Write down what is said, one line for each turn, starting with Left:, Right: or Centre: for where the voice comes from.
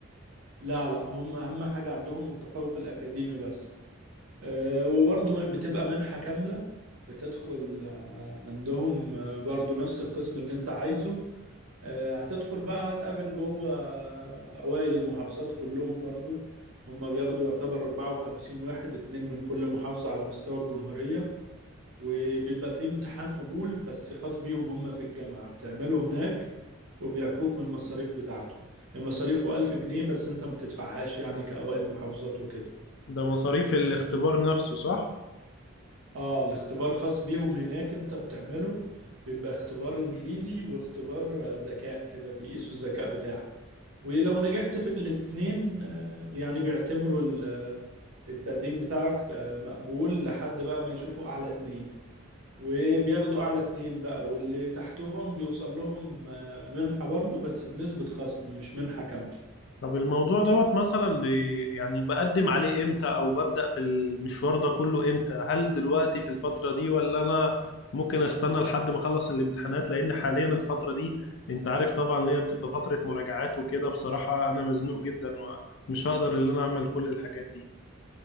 Right: لا لا هم أهم حاجة عندهم التفوق الأكاديمي بس آه، وبرضه بتبقى منحة كاملة بتدخل آه، عندهم آه، برضه نفس القسم اللي انت عايزه آه، هتدخل بقى هتقابل جوه آه، أوائل المحافظات كلهم برضه هما بياخدوا يعتبر 54 واحد اتنين من كل محافظة على مستوى الجمهورية وبيبقى فيه امتحان قبول بس خاص بيهم هما في الجامعة بتعمله هناك وبيعفوك من المصاريف بتاعته هي مصاريفه 1000 جنيه بس انت ما بتدفعهاش يعني كأوائل محافظات وكده
Left: ده مصاريف الاختبار نفسه صح؟
Right: اه الاختبار خاص بيهم هناك انت بتعمله بيبقى اختبار انجليزي واختبار آه، ذكاء كده بيقيسوا الذكاء بتاعك ولو نجحت في الاتنين آه، يعني بيعتبروا ال- آه، التقديم بتاعك آه، مقبول لحد بقى ما يشوفوا اعلى اتنين وبياخدوا اعلى اتنين بقى واللي تحتهم بيوصل لهم آه، منحة برضو بس بنسبة خصم مش منحة كاملة
Left: طب الموضوع دوت مثلا بي يعني بقدم عليه امتى او ببدأ في المشوار ده كله امتى؟ هل دلوقتي في الفترة دي ولا انا ممكن استنى لحد ما اخلص الامتحانات لان حاليا الفترة دي انت عارف طبعا اللي هي بتبقى فترة مراجعات وكده بصراحة انا مزنوق جدا ومش هقدر ان انا اعمل كل الحاجات دي.